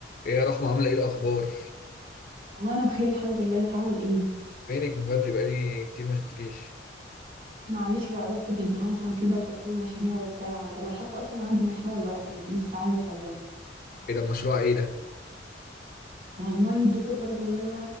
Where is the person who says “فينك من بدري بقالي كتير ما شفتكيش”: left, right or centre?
Left